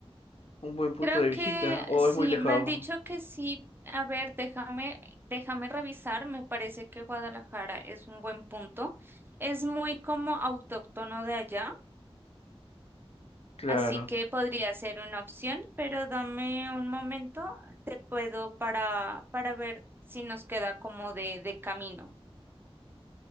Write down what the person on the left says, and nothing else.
un buen punto
de visita,
o
es muy lejos.
Claro,